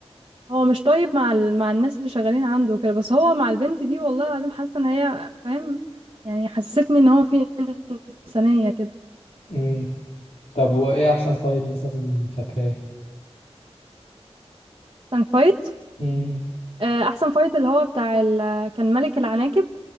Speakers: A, on the right; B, on the left.
A: هو مش طيب مع ال... مع الناس اللي شغالين عنده كده بس هو مع البنت دي والله العظيم حاسه ان هي فاهم يعني حسستني ان هو في انسانيه كده
B: يعني؟ طب وايه احسن فايت مثلا فاكراه
A: احسن فايت
B: امم
A: آه، احسن فايت اللي هو بتاع ال... كان ملك العناكب